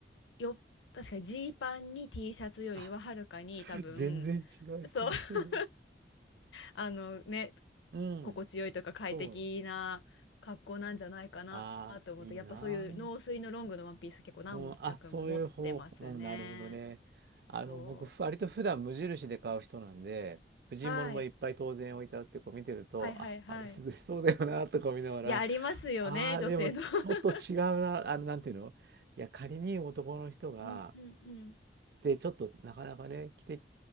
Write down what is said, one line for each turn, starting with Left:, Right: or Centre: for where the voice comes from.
Left: よ、確かにジーパンに T シャツよりははるかに多分、
Right: あ、全然違いそう、
Left: そう、<laughs>
Right: それ。
Left: あのね、
Right: うん、
Left: 心地よいとか快適な格好なんじゃないかなと思って、
Right: そう。ああ、いいなー。
Left: やっぱそういう農水のロングのワンピース結構何着も持ってますね。
Right: うん、あ、そういう方法、うん、なるほどね。あの、
Left: そ
Right: 僕、ふ割と普段無印で買う人なんで、婦人物もいっぱい当然置いてあって、
Left: う。はい。
Right: こう見てると、
Left: はいはいはい。
Right: あ、あれ涼しそうだよな、とか見ながら、
Left: いや、ありますよね、
Right: ああ、
Left: 女性の。
Right: でもちょっと違うな、
Left: <laughs>
Right: あの、なんていうのいや、仮に男の人が、
Left: うんうんうん
Right: で、ちょっとなかなかね、着て、